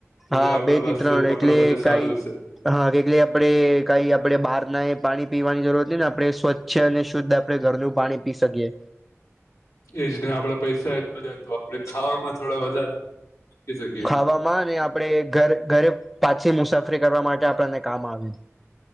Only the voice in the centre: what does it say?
હા,
બે થી
ત્રણ
એટલે
કઈ
હા, કેટલે આપડે કઈ આપડે બહાર ના એ પાણી પીવાની જરૂર હો ને આપડે સ્વચ્છ છે અને શુદ્ધ આપડે ઘરનું પાણી પી શકીએ.
ખાવામાં અને આપડે ઘર ઘરે પાછી મુસાફરી કરવા માટે આપડા ને કામ આવે.